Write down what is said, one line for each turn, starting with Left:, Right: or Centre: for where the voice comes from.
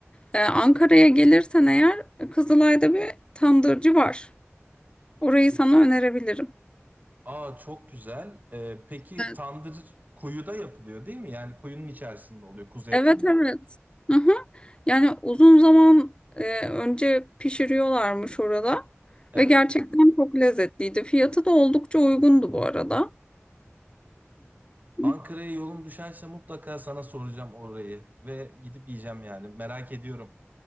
Left: Ee, Ankara'ya gelirsen eğer e, Kızılay'da bir tandırcı var. Orayı sana önerebilirim.
Right: Aa çok güzel. E, peki
Left: Evet.
Right: tandır kuyuda yapılıyor değil mi? Yani kuyunun içerisinde oluyor, kuzu etinden.
Left: Evet evet. Hı-hı. Yani uzun zaman e, önce pişiriyorlarmış orada
Right: Evet.
Left: ve gerçekten çok lezzetliydi. Fiyatı da oldukça uygundu bu arada. Hı.
Right: Ankara'ya yolum düşerse mutlaka sana soracağım orayı ve gidip yiyeceğim yani. Merak ediyorum.